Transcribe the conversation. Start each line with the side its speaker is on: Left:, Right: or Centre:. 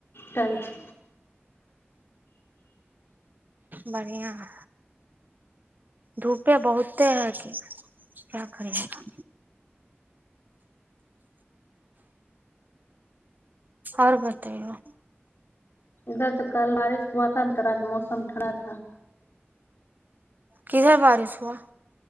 Left: टंच
Right: बढ़ियां है धूपे बहुते है की क्या करीएगा और बतैयौ
Left: इधर तऽ कल बारिश हुआ था न तो रात मौसम खड़ा था
Right: किधर बारिश हुआ